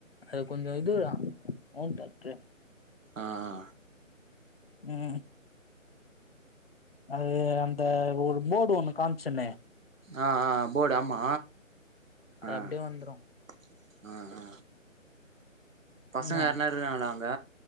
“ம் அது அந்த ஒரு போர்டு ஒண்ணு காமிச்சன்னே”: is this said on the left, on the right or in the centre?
Left